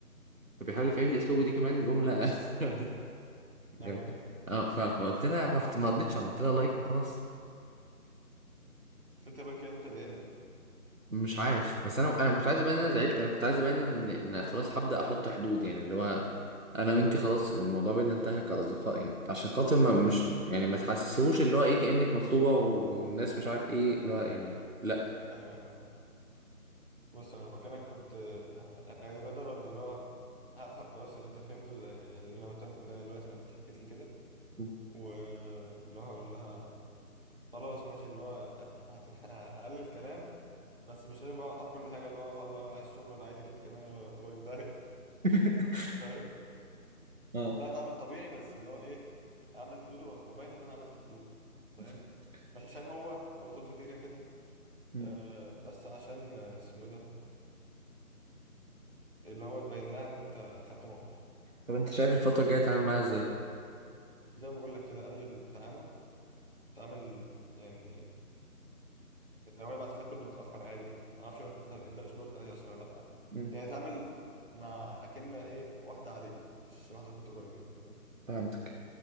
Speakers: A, on the right; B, on the right.
A: فبيحاول يفهمني اسلوبه دي كمان جمله <laughs> جميل
B: ايوه ايوه
A: اه ف... فقلت لها فقلت- ما ردتش عملت لها لايك وخلاص
B: بس انت بقى كده انت زعلت
A: مش عارف بس انا انا ما كنتش عايز ابان ان انا زعلت انا كنت عايز ابان ان ان خلاص هبدا احط حدود يعني اللي هو انا وانتي خلاص الموضوع بينا انتهى كاصدقاء يعني عشان خاطر ما مش
B: بص
A: يعني ما تحسسيهوش اللي هو ايه كانك مطلوبه والناس مش عارف ايه اللي هو يعني لا
B: ايوه ايوه فاهم بص انا مكانك كنت آه، يعني بدل رد اللي هو هفهم خلاص اللي انت فهمته ده- يعني اللي انا وانت فهمتها دلوقتي لما انت حكيت لي كده
A: مم.
B: واللي هو هقول لها خلاص ماشي اللي هو هت- <laughs> هقلل الكلام بس مش لازم بقى اقطع كل حاجه اللي هو خلاص بقى ولا عايز شغل ولا عايزك انت كمان يلا غريب ده <laughs>
A: <laughs>
B: فاهم
A: اه
B: لا اتعامل طبيعي بس اللي هو ايه اعمل حدود و- وابين ان انا عملت حدود فاهم
A: فهمت.
B: مش عشان هو هو طز فيه كده كده
A: مم.
B: آه، بس عشان آه، اسمه ايه ده اللي هو تبين لها ان انت خدت موقف
A: طب انت شايف الفتره الجايه تتعامل معاها ازاي
B: زي ما بقول لك كده قلل التعامل تعامل يعني لو هي بعتت لك رد متاخر عادي ما اعرفش بقى انت طالعين ده اسلوبك في العادي اصلا ولا لا
A: مم.
B: يعني اتعامل مع اكن ايه واحده عاديه مش واحده كنت قريبين فاهم
A: فهمتك